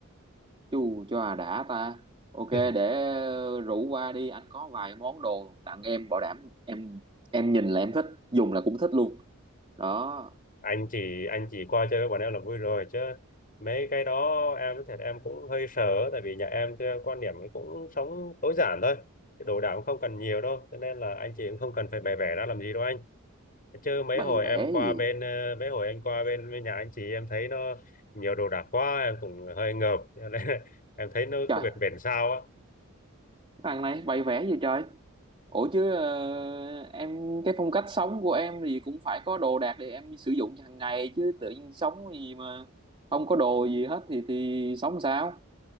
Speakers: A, on the right; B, on the left.
A: Chu cho à đã ta. Ok,
B: <laughs>
A: để ờ, rủ qua đi, anh có vài món đồ tặng em bảo đảm em em nhìn là em thích, dùng là cũng thích luôn. Đó,
B: Anh chỉ anh chỉ qua chơi với bọn em là vui rồi chứ mấy cái đó em thật em cũng hơi sợ tại vì nhà em theo quan điểm ấy cũng sống tối giản thôi, cái đồ đạc cũng không cần nhiều đâu, cho nên là anh chị cũng không cần phải bày vẽ ra làm gì đâu anh. chứ mấy
A: bày
B: hồi
A: vẽ
B: em qua
A: gì?
B: bên ờ, mấy hồi anh qua bên, bên nhà anh chị em thấy nó nhiều đồ đạc quá em cũng hơi ngợp cho nên <laughs> em thấy nó
A: Trời,
B: cứ bệt bệt sao á
A: thằng này bày vẽ gì trời? Ủa chứ ờ, em cái phong cách sống của em thì cũng phải có đồ đạc để em sử dụng hàng ngày chứ tự nhiên sống gì mà không có đồ gì hết thì thì sống sao?